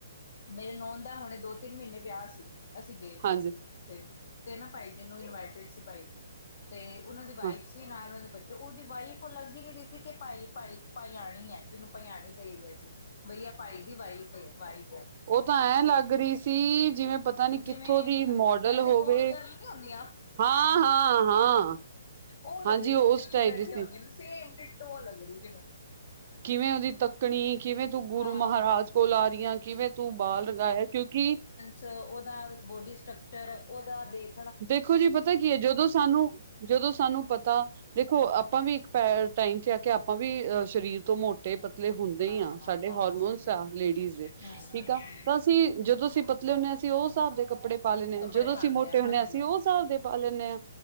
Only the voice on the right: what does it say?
ਹਾਂਜੀ
ਹਾਂ
ਓ, ਤਾਂ ਐ ਲੱਗ ਰੀ ਸੀ, ਜਿਵੇਂ ਪਤਾ ਨੀ
ਕਿੱਥੋਂ ਦੀ ਮੋਡਲ
ਹੋਵੇ।
ਹਾਂ, ਹਾਂ, ਹਾਂ।
ਹਾਂਜੀ ਉਸ
ਟਾਈਪ
ਦੀ ਸੀ
ਕਿਵੇਂ ਓਦੀ ਤੱਕ? ਕਣੀ ਕਿਵੇਂ ਤੂੰ ਗੁਰੂ
ਮਹਾਰਾਜ ਕੋਲ ਆ ਰੀ ਐ ਕਿਵੇਂ ਤੂੰ ਬਾਲ ਰੰਗਾਏ, ਕਿਉਂਕਿ
ਦੇਖੋ ਜੀ, ਪਤਾ ਕੀ ਆ ਜਦੋਂ ਸਾਨੂੰ, ਜਦੋਂ ਸਾਨੂੰ ਪਤਾ ਦੇਖੋ ਆਪਾਂ ਵੀ ਇੱਕ ਟਾਈਮ ਤੇ ਆ ਕੇ ਆਪਾਂ ਵੀ ਅਹ ਸਰੀਰ ਤੋਂ ਮੋ ਟੇ ਪਤਲੇ ਹੁੰਦੇ
ਈ ਆ, ਸਾਡੇ
ਹੋਰਮੋਨਸ
ਆ ਲੇਡੀਜ਼ ਦੇ।
ਠੀਕ ਆ, ਤਾਂ ਅਸੀਂ ਜਦੋਂ ਅਸੀਂ ਪਤਲੇ ਹੁੰਨੇ ਆ ਅਸੀਂ ਓ ਸਾਬ ਦੇ ਕੱਪੜੇ ਪਾ ਲੈਨੇ
ਆ ਜਦੋਂ ਅਸੀਂ
ਮੋ ਤੇ ਹੁੰਨੇ
ਆ ਅਸੀ ਓ ਸਾਬ ਦੇ ਪਾ ਲੈਨੇ ਆ,